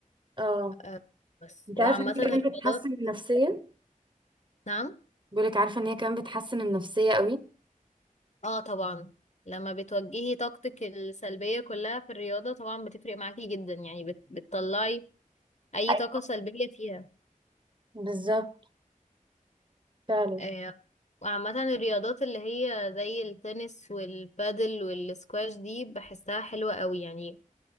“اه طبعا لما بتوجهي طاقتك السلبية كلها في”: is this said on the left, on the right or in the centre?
Left